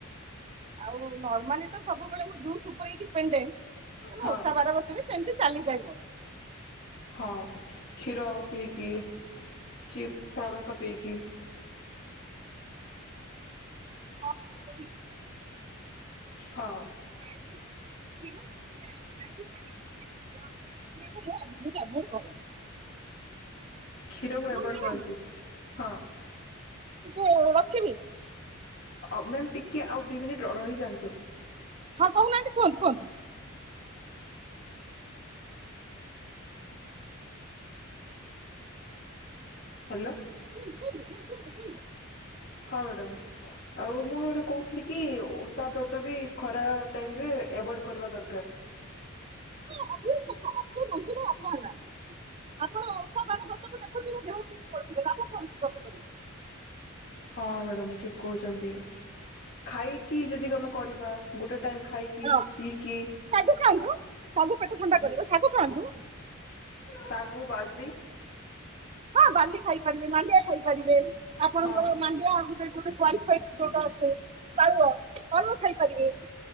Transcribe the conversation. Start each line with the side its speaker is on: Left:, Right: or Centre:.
Right: ଆଉ ନର୍ମାଲି ତ ସବୁବେଳେ ମୁଁ ଜୁସ ଉପରେ ହିଁ ପେଣ୍ଡେଡ
Left: ହଁ
Right: ଓଷା ବାରବ୍ରତ ବି ସେମତି ଚାଲିଯାଏ ମୋର।
Left: ହଁ କ୍ଷୀର ପିକି କି ଫଳ ରସ ପିକି।
Right: <unintelligible>
Left: ହଁ।
Right: <unintelligible> ବୋହୁତ ଆଭୋଏଟ୍ କରେ।
Left: କ୍ଷୀରକୁ ଆଭଏଡ୍
Right: ହଁ ମ୍ୟାଡ଼ାମ
Left: କରନ୍ତି ହଁ।
Right: ଟିକେ ରଖିବି।
Left: ଅ ମ୍ୟାମ୍ ଟି କେ ଆଉ ଦୁଇ ମିନିଟ୍ ର-ର ରହି ଯାଆନ୍ତୁ।
Right: ହଁ କହୁନାହାନ୍ତି କୁହନ୍ତୁ କୁହନ୍ତୁ।
Left: ହେଲୋ।
Right: କୁହନ୍ତୁ କୁହନ୍ତୁ ହଁ କୁହନ୍ତୁ କୁହନ୍ତୁ।
Left: ହଁ ମ୍ୟାଡ଼ାାମ ଆଉ ମୁଁ ଗୋଟେ କହୁଥିଲି କି ଓଷା ବ୍ରତ ବି ଖରା ଟାଇମ ରେ ଏବଏଡ୍ କରିବା ଦରକାର।
Right: ହଁ ଓଭିଓସ କଥା ଆପେ ବଞ୍ଚିଲେ ବାପାର ନାଁ। ଆପଣ ଓଷା ବାର ବ୍ରତକୁ ଦେଖୁଥିବେ ବିହୋସ ହେଇକି ପଡ଼ିଥିବେ ଲାଭ କଣ ସେଇ ବ୍ରତ କରି।
Left: ହଁ ମ୍ୟାଡ଼ାମ ଠିକ କହୁଛନ୍ତି। ଖାଇକି ଯଦି ଆମେ କରିବା ଗୋଟେ ଟାଇମ ଖାଇକି
Right: ହଁ
Left: ପିକିି।
Right: ଶାଗୁ ଖାଆନ୍ତୁ ଶାଗୁ ପେଟ ଥଣ୍ଡା କରିବ ଶାଗୁ ଖାଆନ୍ତୁ।
Left: ଶାଗୁ ବାଲି।
Right: ହଁ ବାଲି ଖାଇ ପାରିବେ ମାଣ୍ଡିଆ ଖାଇପାରିବେ। ଆପଣଙ୍କ
Left: ହଁ
Right: ମାଣ୍ଡିଆ ଆଉ ଗୋଟେ ଗୋଟେ <unintelligible> ଜଉଟା ଆସେ।
Left: <unintelligible>
Right: ପାଳୁଅ ପାଳୁଅ ଖାଇପାରିବେ।